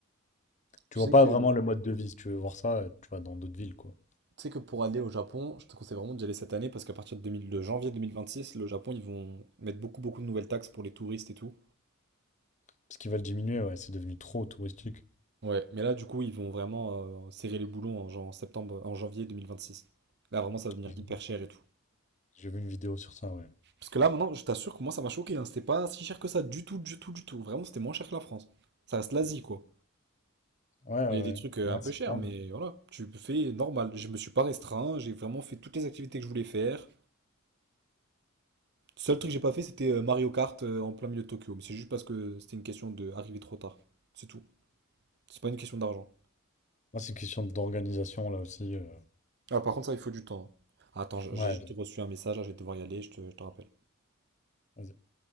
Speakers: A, on the left (about 35°); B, on the right (about 55°).
A: Tu
B: Tu
A: vois
B: sais
A: pas
B: que.
A: vraiment le mode de vie. Si tu veux voir ça, euh, tu vas dans d'autres villes, quoi.
B: Tu sais que pour aller au Japon, je te conseille vraiment d'y aller cette année parce qu'à partir de, 2000 de janvier 2026, le Japon, ils vont mettre beaucoup, beaucoup de nouvelles taxes pour les touristes et tout.
A: Parce qu'ils veulent diminuer, ouais, c'est devenu trop touristique.
B: Ouais, mais là, du coup, ils vont vraiment euh, serrer les boulons en, jan- en septembre, en janvier 2026. Là, vraiment, ça va devenir
A: J'ai vu
B: hyper cher et tout.
A: j'ai vu une vidéo sur ça, ouais.
B: Parce que là, maintenant, je t'assure que moi, ça m'a choqué. hein. C'était pas si cher que ça, du tout, du tout, du tout. Vraiment, c'était moins cher que la France. Ça reste l'Asie, quoi.
A: Ouais, ouais,
B: Il y a des
A: ouais.
B: trucs euh,
A: Ouais,
B: un peu
A: c'est
B: chers,
A: ça.
B: mais voilà, tu fais normal. Je me suis pas restreint, j'ai vraiment fait toutes les activités que je voulais faire. seul truc que j'ai pas fait, c'était euh, Mario Kart euh, en plein milieu de Tokyo. Mais c'est juste parce que c'était une question de arriver trop tard. C'est tout. C'est pas une question d'argent.
A: Moi, c'est une question d'organisation, là aussi. euh.
B: Ah, par contre, ça, il faut du temps. Ah, Attends, j'ai
A: Ouais,
B: juste reçu un message, là, je vais devoir y aller, je te, je te rappelle.
A: vas-y.